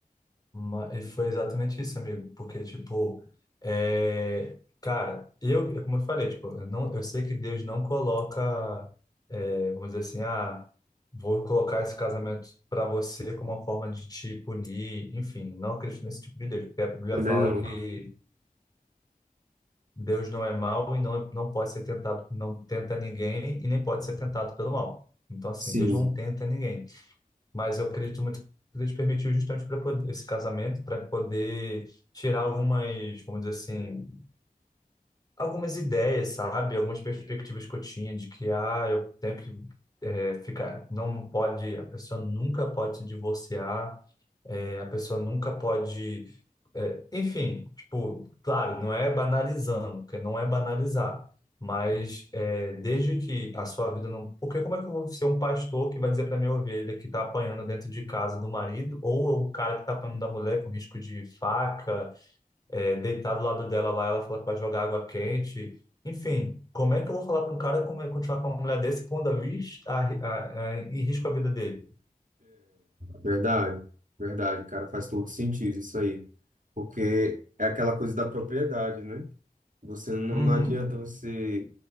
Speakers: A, on the left (about 25°); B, on the right (about 60°).
A: Ma- E foi exatamente isso, amigo, porque, tipo, é, cara, eu, é como eu falei, tipo, eu, não, eu sei que Deus não coloca, é, vamos dizer assim, ah, vou colocar esse casamento para você como uma forma de te punir, enfim, não acredito nesse tipo de Deus, porque a Bíblia
B: Também
A: fala
B: não.
A: que Deus não é mau e não, é- não pode ser tentado, não tenta ninguém e nem pode ser tentado pelo mal. Então, assim,
B: Sim,
A: Deus não tenta ninguém mas eu acredito muito que Deus permitiu justamente para poder esse casamento, para poder tirar algumas, vamos dizer assim, algumas ideias, sabe? Algumas perspectivas que eu tinha de que, ah, eu tenho que eh, ficar, não pode, a pessoa nunca pode se divorciar é, a pessoa nunca pode. é, enfim, tipo, claro, não é banalizando, porque não é banalizar, mas é, desde que a sua vida não. Porque como é que eu vou ser um pastor que vai dizer para minha ovelha que está apanhando dentro de casa do marido, ou o cara que está apanhando da mulher com risco de faca, é, deitar do lado dela lá, ela fala que vai jogar água quente. Enfim, como é que eu vou falar com um cara como é continuar com uma mulher desse pondo a, vis- a, a, a, em risco a vida dele?
B: verdade, verdade, cara, faz todo sentido isso aí, porque é aquela coisa da propriedade, né? Você não,
A: Uhum,
B: não adianta você